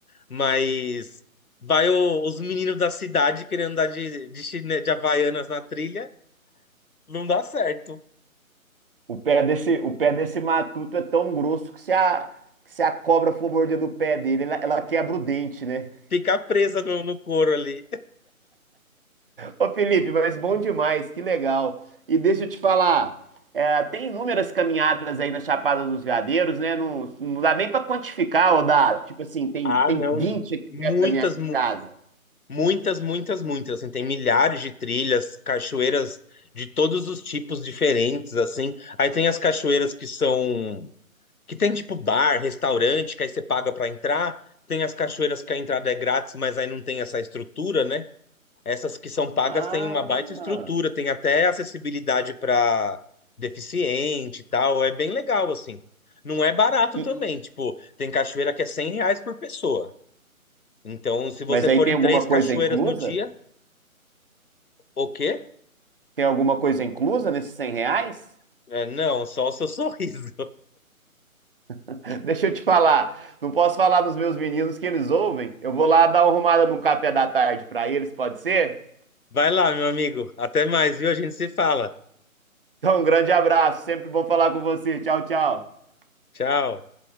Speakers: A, on the left; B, on the right.
A: Mas vai o- os meninos da cidade querendo andar de, de, chine- de Havaianas na trilha, não dá certo.
B: O pé desse, o pé desse matuto é tão grosso que se a, que se a cobra for mordendo o pé dele, ela, ela quebra o dente, né?
A: Fica presa no, no couro ali.
B: Ô Felipe, mas bom demais, que legal. E deixa eu te falar, é, tem inúmeras caminhadas aí na Chapada dos Veadeiros, né? Não, não dá nem pra quantificar, ou dá, tipo assim, tem,
A: Ah,
B: tem
A: não.
B: 20 aqui
A: Muitas,
B: perto da minha casa.
A: Muitas, muitas, muitas. Assim, tem milhares de trilhas, cachoeiras de todos os tipos diferentes, assim. Aí tem as cachoeiras que são que tem tipo bar, restaurante, que aí você paga para entrar. Tem as cachoeiras que a entrada é grátis, mas aí não tem essa estrutura, né? Essas que são pagas
B: Ah!
A: têm uma baita estrutura, tem até acessibilidade para deficiente e tal. É bem legal, assim. Não é barato
B: E-
A: também, tipo, tem cachoeira que é 100 reais por pessoa. Então, se você
B: mas aí
A: for
B: tem
A: em
B: alguma
A: três
B: coisa
A: cachoeiras
B: inclusa?
A: no dia, o quê?
B: Tem alguma coisa inclusa nesses 100 reais?
A: É, não, só o seu <laughs> sorriso.
B: <laughs> Deixa eu te falar, não posso falar dos meus meninos que eles ouvem. Eu vou lá dar uma arrumada no café da tarde pra eles, pode ser?
A: Vai lá, meu amigo. Até mais, viu? A gente se fala.
B: Então, um grande abraço, sempre bom falar com você. Tchau, tchau.
A: Tchau.